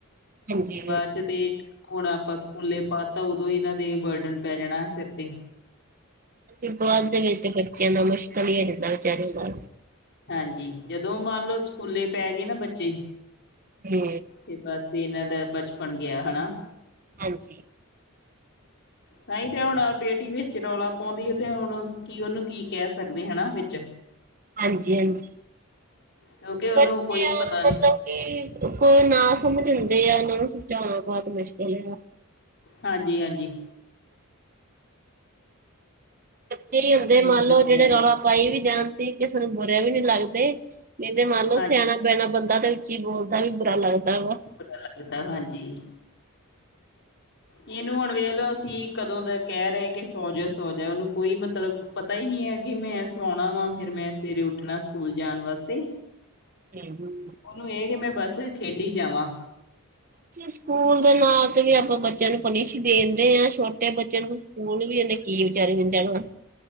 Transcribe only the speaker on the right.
ਹਾਂਜੀ
ਹ ਬਾਅਦ ਦੇ ਵਿੱਚ ਬੱਚੇਆਂ ਦਾ ਮੁਸ਼ਕਿਲ ਹੀ ਹੋ ਜਾਂਦਾ ਵਿਚਾਰਿਆਂ ਦਾ
ਹੂੰ
ਹਾਂਜੀ।
ਹਾਂਜੀ- ਹਾਂਜੀ,
ਬੱਚੇਆ
ਨੂੰ
ਮਤਲਬ ਕੀ, ਕੋਈ ਨਾ ਸਮਝ ਹੁੰਦੇ ਆ ਏਨਾਂ ਨੂੰ ਸਮਝਾਉਣਾ ਬਹੁਤ ਮੁਸ਼ਕਿਲ ਹੈਗਾ।
ਕਈ
ਹੁੰਦੇ
ਮੰਨ
ਲਓ ਜੇੜੇ
ਰੌਲਾ ਪਾਈ ਵੀ ਜਾਣ ਤੇ ਕਿਸੇ ਨੂੰ ਬੁਰੇ ਵੀ ਨਈ ਲੱਗਦੇ ਨਈ ਤੇ ਮੰਨ ਲਓ
ਸਿਆਣਾ ਬਿਆਣਾ ਬੰਦਾ ਤੇ ਉੱਚੀ ਬੋਲਦਾ ਵੀ ਬੁਰਾ ਲੱਗਦਾ ਵਾ
<unintelligible>
ਸਕੂਲ ਦੇ ਨਾਂ ਤੇ ਵੀ ਆਪਾਂ ਬੱਚੇਆਂ ਨੂੰ ਪਨਿਸ਼ ਈ ਦੇਨ ਡੇ ਆਂ ਛੋ ਤੇ ਬੱਚੇਆਂ ਨੂੰ ਸਕੂਲ ਵੀ ਏਨੇ ਕੀ ਵਿਚਾਰੇ ਨੇ ਜਾਣਾ।